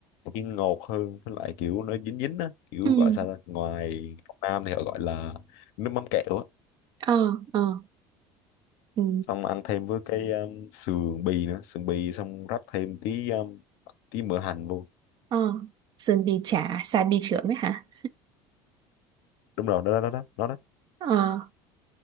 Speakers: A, on the left; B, on the right.
A: chiên ngọt hơn với lại kiểu nó dính dính á kiểu
B: Ừ.
A: gọi sao ta ngoài Nam thì họ gọi là nước mắm kẹo á
B: ờ ờ ừ,
A: xong ăn thêm với cái um, sườn bì nữa sườn bì xong rắc thêm tí um, tí mỡ hành vô
B: ờ sườn bì chả xà bì chưởng ấy hả
A: đúng rồi đó đó đó đó đó đó.
B: ờ